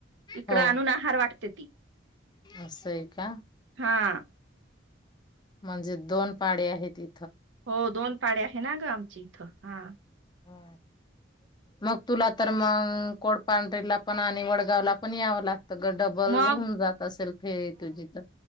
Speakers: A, on the right; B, on the left.
A: इकड
B: हो
A: आणून आहार वाटत्याती
B: असं आहे का
A: हा.
B: म्हणजे दोन पाडे आहे ती.
A: हो दोन पाडे आहे, ना ग आमची इथं हा.
B: हम्म. मग तुला तर मग कोडपांढरीला पण आणि वडगावला पण यावं ला <unintelligible> डबल
A: मग
B: होऊन जात असेल फेरी तुझी तर